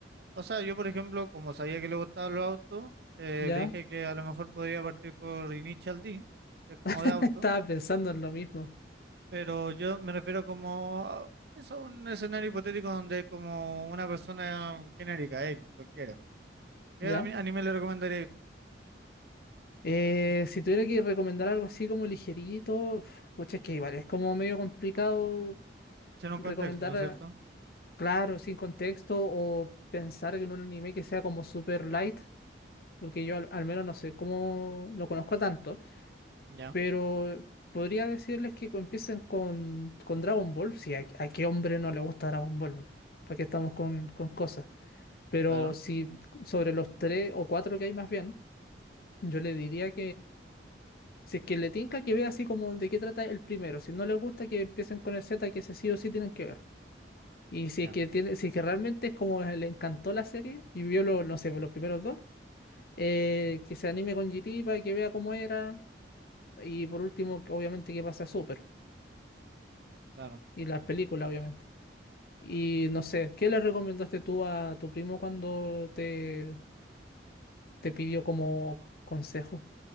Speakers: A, on the right (about 55°); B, on the left (about 50°).
A: O sea, yo por ejemplo, como sabía que le gustaban los autos, eh,
B: Ya,
A: le dije que a lo mejor podría partir por Initial D, que es como
B: <laughs>
A: de auto,
B: estaba pensando en lo mismo.
A: pero yo me refiero como a eso, un escenario hipotético donde como una persona genérica, X, cualquiera. ¿Qué
B: ¿Ya?
A: ami- anime le recomendaría?
B: Eh, si tuviera que recomendar algo así como ligerito, pucha, es que igual es como medio complicado
A: En un
B: recomendar,
A: contexto, ¿no es
B: eh,
A: cierto?
B: claro, sin contexto o pensar en un anime que sea como super light, porque yo al, al menos no sé cómo lo conozco tanto,
A: Ya,
B: pero podría decirles que co- empiecen con, con Dragon Ball, si a, a qué hombre no le gusta Dragon Ball, porque estamos con, con cosas, pero
A: claro,
B: si sobre los tres o cuatro que hay más bien, yo le diría Si es que le tinca que vea así como de qué trata el primero. Si no le gusta que empiecen con el Z, que ese sí o sí tienen que ver. Y si
A: ya,
B: es que tiene, si es que realmente es como le encantó la serie y vio los, no sé, los primeros dos, eh,
A: ujú,
B: que se anime con GT para que vea cómo era. Y por último, que obviamente que pase a Super.
A: claro.
B: Y las películas, obviamente. Y no sé, ¿qué le recomendaste tú a tu primo cuando te, te pidió como consejo?